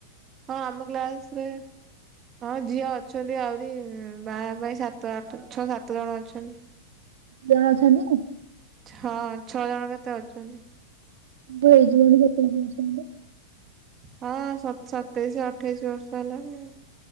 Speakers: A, on the right (about 20°); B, on the right (about 75°).
A: ହଁ ଆମ କ୍ଳାସରେ ହଁ ଝିଅ ଅଛନ୍ତି ଆହୁରି ବାହା ପାଇଁ ସାତ ଆଠ ଛଅ ସାତ ଜଣ ଅଛନ୍ତି।
B: ଜଣ ଅଛନ୍ତି।
A: ହଁ ଛଅ ଜଣ କେତେ ଅଛନ୍ତି।
B: ସବୁ ହେଇଯିବଣି <unintelligible>
A: ହଁ ସ ସତେଇଶ ଅଠେଇଶି ବର୍ଷ ହେଲାଣି ଆଉ।